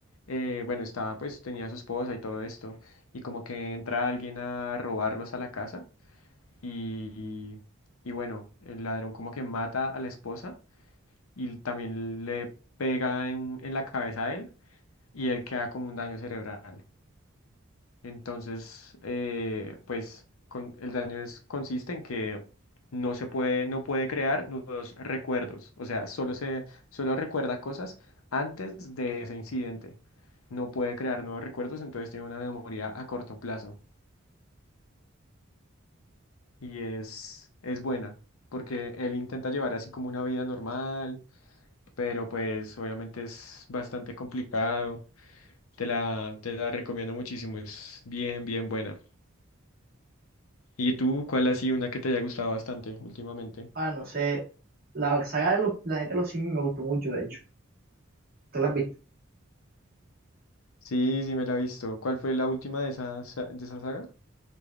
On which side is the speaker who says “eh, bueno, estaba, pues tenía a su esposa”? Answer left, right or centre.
Left